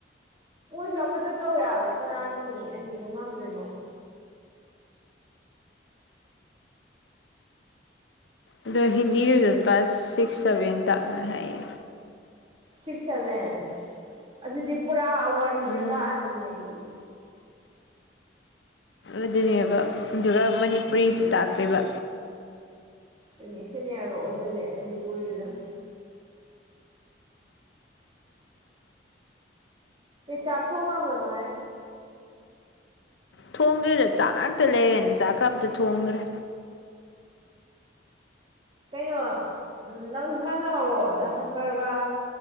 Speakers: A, on the right (about 30°); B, on the left (about 85°).
A: ꯃꯣꯏꯁꯨ ꯑꯃꯠꯇ ꯇꯧ ꯌꯥꯕꯅꯤ ꯀꯅꯥꯅ ꯃꯤ ꯑꯅꯤꯗꯣ ꯉꯝꯗꯣꯏꯅꯣ
B: ꯑꯗꯣ ꯍꯤꯟꯗꯤ ꯔꯁꯨ ꯀ꯭ꯂꯥꯁ ꯁꯤꯛꯁ ꯁꯕꯦꯟ ꯇꯥꯡꯅꯕ ꯍꯥꯏꯌꯦ
A: ꯁꯤꯛꯁ ꯁꯚꯦꯟ ꯑꯗꯨꯗꯤ ꯄꯨꯔꯥ ꯋꯥꯔꯤꯗ
B: ꯎꯝ
A: ꯂꯥꯛꯑꯅꯤ ꯑꯗꯨꯗꯤ
B: ꯑꯗꯨꯅꯦꯕ ꯑꯗꯨꯒ ꯃꯅꯤꯄꯨꯔꯤꯁꯨ ꯇꯥꯛꯇꯣꯏꯕ
A: ꯑꯗꯨꯅꯤ ꯌꯥꯔꯒ ꯑꯣꯏꯁꯤꯜꯂꯦ ꯃꯅꯤꯄꯨꯔꯒꯤꯗ ꯆꯥ ꯊꯣꯡꯉꯕꯣ ꯅꯣꯏ
B: ꯊꯣꯡꯗ꯭ꯔꯤꯗ ꯆꯥꯛ ꯉꯥꯛꯇ ꯂꯩꯔꯦꯅ ꯆꯥꯛꯀ ꯑꯝꯇ ꯊꯣꯡꯗ꯭ꯔꯦ
A: ꯀꯩꯅꯣ ꯅꯪꯁꯨ ꯁꯥꯟꯅꯍꯧꯔꯣ ꯗꯥ ꯁꯪꯀꯔꯒ